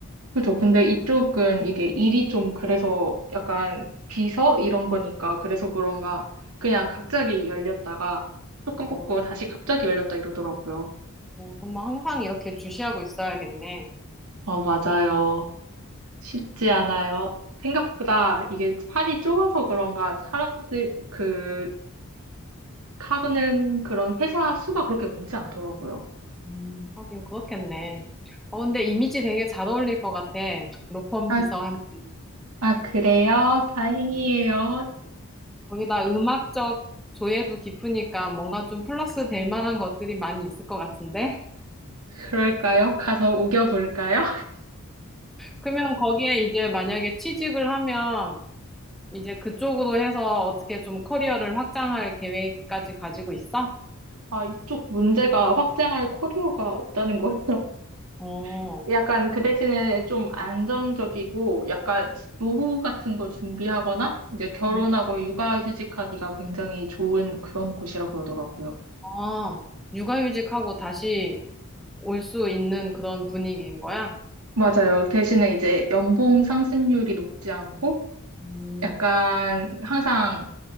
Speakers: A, on the right; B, in the centre.
A: 그죠. 근데 이쪽은 이게 일이 좀 그래서 약간 비서 이런 거니까 그래서 그런가 그냥 갑자기 열렸다가 조금 뽑고
B: 어,
A: 다시 갑자기 열렸다 이러더라고요.
B: 어, 그럼 뭐 항상 이렇게 주시하고 있어야겠네.
A: 아, 맞아요. 쉽지 않아요. 생각보다 이게 판이 좁아서 그런가 사람들 그 구직하는 그런 회사 수가 그렇게 많지 않더라고요.
B: 음, 하긴 그렇겠네. 어, 근데 이미지 되게 잘 어울릴 것 같아. 로펌
A: 아,
B: 비서 하면.
A: 아, 그래요? 다행이에요.
B: 음, 거기다 음악적 조예도 깊으니까 뭔가 좀 플러스 될 만한 것들이 많이 있을 것 같은데?
A: 그럴까요? 가서 우겨볼까요? <laughs>
B: 그러면 거기에 이제 만약에 취직을 하면 이제 그쪽으로 해서 어떻게 좀 커리어를 확장할 계획까지 가지고 있어?
A: 아, 이쪽 문제가 확장할 커리어가 없다는 거예요. <laughs>
B: 어,
A: 약간 그 대신에 좀 안정적이고 약간 노후 같은 거 준비하거나 이제 결혼하고
B: 음.
A: 육아휴직하기가 굉장히 좋은 그런 곳이라고 그러더라고요.
B: 아, 육아휴직하고 다시 올 수 있는 그런 분위기인 거야?
A: 맞아요. 대신에 이제 연봉 상승률이 높지 않고
B: 음,
A: 약간 항상